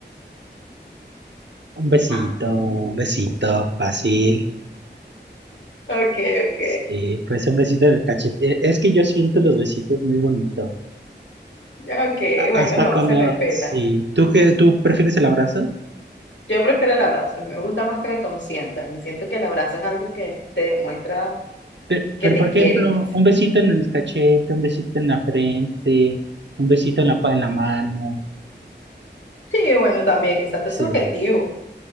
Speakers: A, on the right; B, on the left.
A: un besito,
B: Ah,
A: un besito, fácil.
B: ok, ok,
A: Sí, pues un besito en el cachete. Eh, Es que yo siento los besitos muy bonito.
B: ok,
A: A-
B: bueno,
A: Hasta
B: no,
A: cuando,
B: se respeta.
A: sí, ¿tú qué tú prefieres el abrazo?
B: Yo prefiero el abrazo, me gusta más que me consientan y siento que el abrazo es algo que te demuestra
A: Pero,
B: que
A: pero,
B: te
A: por
B: quieren.
A: ejemplo,
B: que-
A: un besito en el cachete, un besito en la frente, un besito en la, pa- en la mano.
B: Sí, bueno, también, exacto,
A: Sí,
B: es subjetivo.